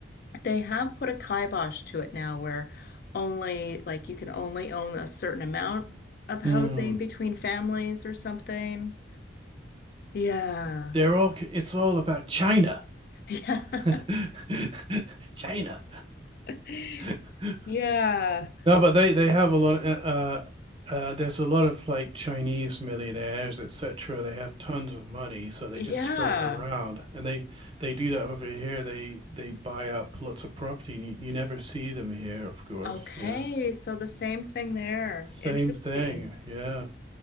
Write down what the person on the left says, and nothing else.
they have put a kibosh to it now where only like you can only own a certain amount of housing
between families or something. Yeah.
<laughs>
Yeah.
Yeah.
Yeah.
Okay.
So the same thing there.
Interesting.